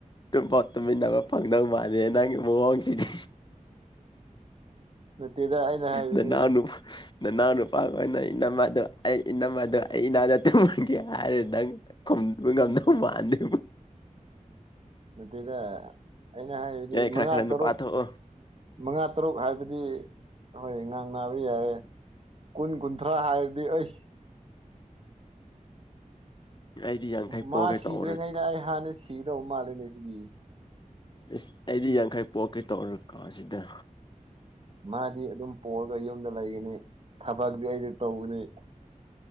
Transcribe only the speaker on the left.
ꯇꯨꯝꯐꯥꯎ ꯇꯨꯝꯃꯤꯟꯅꯕ ꯐꯪꯗꯧ ꯃꯥꯟꯗꯦ ꯅꯪꯒꯤ ꯃꯑꯣꯡꯁꯤꯗꯤ
ꯅꯅꯥꯎꯅꯨ ꯅꯅꯥꯎ ꯅꯨꯄꯥꯒ ꯑꯣꯏꯅ ꯏꯅꯝꯃꯗ ꯑꯩ ꯏꯅꯝꯃꯗꯣ ꯑꯩ ꯅꯥꯛꯇ ꯇꯨꯝꯍꯟꯒꯦ ꯍꯥꯏꯔꯒ ꯅꯪ ꯈꯨꯝꯕ ꯉꯝꯗꯧ ꯃꯥꯟꯗꯦ
ꯌꯥꯏ ꯈꯔ
ꯈꯔ ꯅꯨꯄꯥ
ꯊꯣꯛꯑꯣ
ꯑꯩꯗꯤ ꯌꯥꯡꯈꯩ
ꯄꯣꯛꯒꯦ
ꯇꯧꯔ
ꯏꯁ ꯑꯩꯗꯤ ꯌꯥꯡꯈꯩ ꯄꯣꯛꯀꯦ ꯇꯧꯔ ꯀꯥꯟꯁꯤꯗ